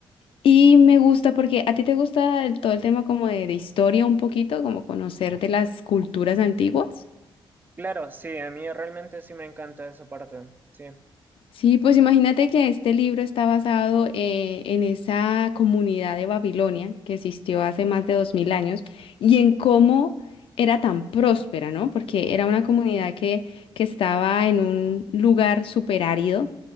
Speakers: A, on the left; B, on the right.
A: Y me gusta porque a ti te gusta el- todo el tema como de, de historia un poquito, como conocer de las culturas antiguas.
B: claro, sí, a mí realmente sí me encanta esa parte, sí.
A: Sí, pues imagínate que este libro está basado eh, en esa comunidad de Babilonia que existió hace más de dos mil años y en cómo era tan próspera, ¿no? Porque era una comunidad que, que estaba en un lugar súper árido,